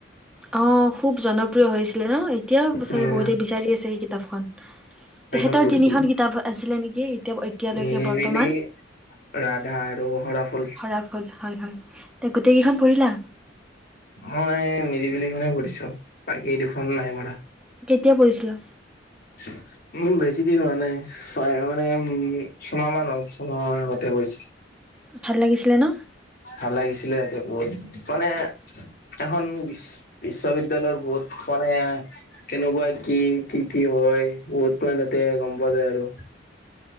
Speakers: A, in the centre; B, on the left.
A: অঁ খুব জনপ্ৰিয় হৈছিলে ন এতিয়াও চাগে
B: উম
A: বহুতে বিচাৰি আছে সেই কিতাপখন।
B: সেইখন
A: তেখেতৰ
B: পঢ়িছিলো
A: তিনিখন কিতাপ আছিলে নেকি? এতিয়ালৈকে
B: নিৰিবিলি
A: বৰ্তমান <unintelligible>
B: ৰাধা আৰু সৰাফুল
A: হয়, হয় তে গোটেইকেইখন পঢ়িলা?
B: মই নিৰিবিলি খনেই পঢ়িছো বাকী দুখন নাই পঢ়া।
A: কেতিয়া পঢ়িছিলা?
B: <unintelligible> বেছি দিন হোৱা নাই ছয় মানে উম ছমাহ মান হ'ল ছমাহ মানৰ আগতে পঢ়িছো।
A: ভাল লাগিছিলে ন।
B: ভাল লাগিছিলে <unintelligible> বহুত মানে এখন বিশ্ববিদ্যালয়ত বহুত মানে কেনেকুৱা কি কি কি হয় বহুত মানে তাতে গম পোৱা যায় আৰু।